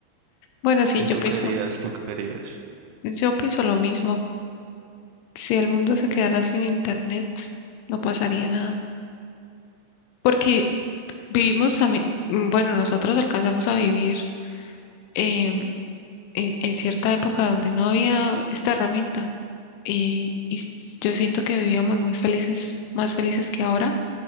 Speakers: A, on the left; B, on the right.
A: Bueno, sí,
B: ¿Y
A: yo
B: tú
A: pienso,
B: querías, tú querías?
A: yo pienso lo mismo. Si el mundo se quedara sin internet, no pasaría nada. Porque vivimos también, mm, bueno, nosotros alcanzamos a vivir eh, en, en cierta época donde no había esta herramienta. Y, y s- yo siento que vivíamos muy felices, más felices que ahora,